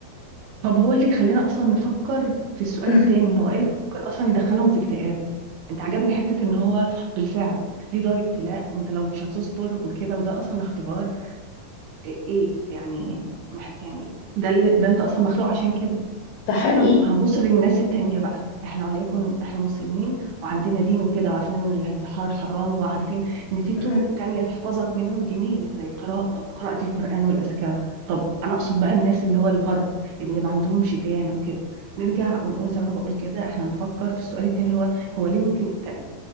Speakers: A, on the right; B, on the left.
A: طب هو اللي يخلينا اصلا نفكر في السؤال
B: <laughs>
A: التاني هو ايه اللي ممكن اصلا يدخلهم في اكتئاب انت عجبني حتة ان هو بالفعل دي دار ابتلاء وانت لو مش هتصبر وكده وده اصلا اختبار إيه إيه؟ يعني مح- يعني ده اللي ده أنت أصلا مخلوق عشان كده
B: ده
A: بس
B: حقيقي
A: إحنا هنبص للناس التانية بقى إحنا وليكن إحنا مسلمين وعندنا دين وكده وعارفين إن الانتحار حرام وعارفين إن في طرق
B: مهم.
A: تانية تحفظك منه دينية زي القراءة قراءة القرآن والأذكار طب أنا أقصد بقى الناس اللي هو الغرب اللي ما عندهمش ديانة وكده نرجع ونقول زي ما أنا بقول كده إحنا هنفكر في السؤال التاني اللي هو هو ليه ممكن يكتئب